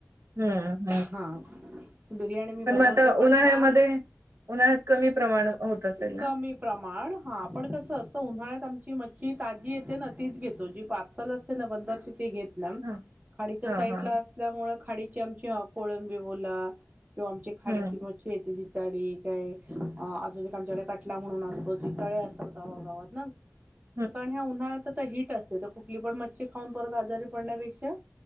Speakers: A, on the right; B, on the right.
A: हं, हं.
B: हा, बिर्याणी मी
A: पण
B: बनवते
A: मग आता
B: पण
A: उन्हाळ्यामध्ये
B: छान.
A: उन्हाळ्यात कमी प्रमाण होत असेल. ना?
B: कमी प्रमाण हा पण कसं असतं उन्हाळ्यात आमची मच्छी ताजी येते न, तीच घेतो जी पार ल असते ना बंदरची ते घेत ना
A: हां,
B: खाडीच्या
A: हां,
B: साईड
A: हां.
B: ला अस- त्यामुळे खाडीची आमची कोळंबी बोला किंवा आमची खाडीची-
A: हं,
B: शेतीचीताळी काय अजून एक का आमच्याकडे कटला म्हणून असतो जिताळे असतात गावागावात ना
A: ह <unintelligible>
B: कारण ह्या उन्हाळ्यात तर हिट असते तर कुठली पण मच्छी खाऊन परत आजारी पडण्यापेक्षा-